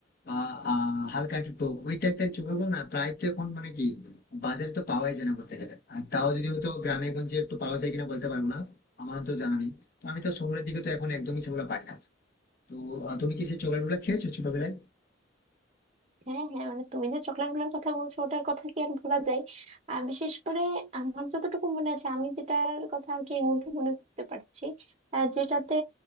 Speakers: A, on the left; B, on the right.
A: বা আহ, হালকা একটু টক ওই টাইপের চকলেটগুলো না প্রায় তো এখন মানে কি বাজারে তো পাওয়াই যায় না বলতে গেলে আর তাও যদি হয়তো গ্রামে গঞ্জে একটু পাওয়া যায় কিনা বলতে পারবো না আমার তো জানা নেই তো আমি তো শহরের দিকে তো এখন একদমই সেগুলো পাই না তো আহ, তুমি কি সেই চকলেট গুলো খেয়েছো ছোটবেলায়
B: হ্যাঁ হ্যাঁ মানে তুমি যে চকলেট গুলোর কথা বলছো ওটার কথা কি আর ভোলা যায় আহ, বিশেষ করে আমার যতটুকু মনে আছে আমি যেটার কথা আর কি এই মুহূর্তে মনে করতে পারছি আহ, যেটাতে